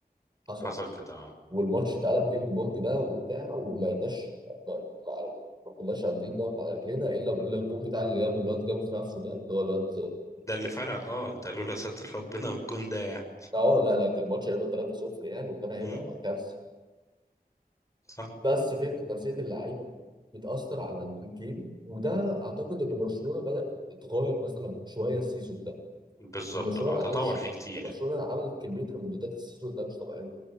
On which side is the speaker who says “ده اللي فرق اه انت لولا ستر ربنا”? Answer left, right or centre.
Left